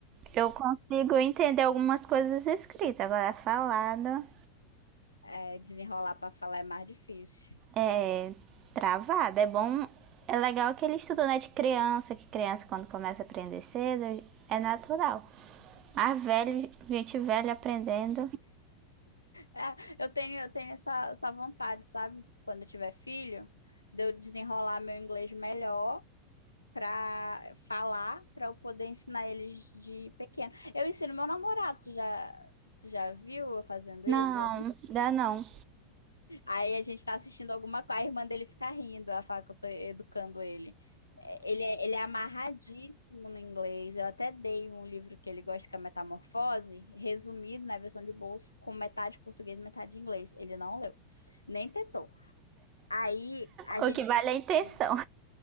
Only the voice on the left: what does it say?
É, desenrolar para falar é mais difícil.
É, eu tenho, eu tenho essa, essa vontade, sabe? Quando eu tiver filho, de eu desenrolar meu inglês melhor para falar, para eu poder ensinar eles de pequeno. Eu ensino meu namorado, tu já, tu já viu eu fazendo
isso?
<laughs> Aí a gente tá assistindo alguma coisa, a irmã dele fica rindo, ela fala que eu tô educando ele. É, Ele é, ele é amarradíssimo no inglês. Eu até dei um livro que ele gosta, que é Metamorfose, resumido na versão de bolso, com metade português e metade inglês. Ele não leu, nem tentou. Aí a
gente
é,